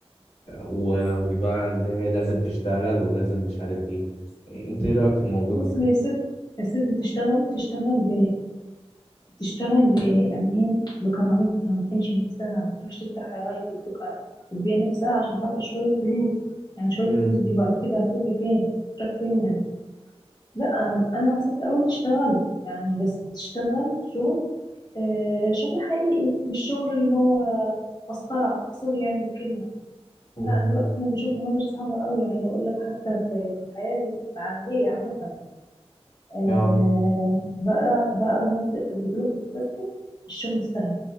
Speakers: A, on the left; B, on the left.
A: و- وبقى اللي هي لازم تشتغل ولازم مش عارف ايه انت ايه رأيك في الموضوع
B: بص
A: ده؟
B: هي الست الست تشتغل تشتغل ب تشتغل ب يعني ايه بكرامتها ما تهينش نفسها ما تروحش تفتح لايف تيك توك وتبيع نفسها عشان خاطر شوية فلوس يعني شوية
A: مم.
B: فلوس دي بعد كده هتروحي فين؟ هتروحي فين يعني لا انا انا حسبت قوي تشتغل يعني بس تشتغل شغل آه، شغل حقيقي مش شغل اللي هو مسخرة سوري يعني في الكلمة
A: مم.
B: لا دلوقتي احنا بنشوف مناظر صعبة قوي عايزة اقول لك حتى في في الحياة العملية عامة آه،
A: اه
B: بقى بقى الناس بتروح تستسهل الشغل السهل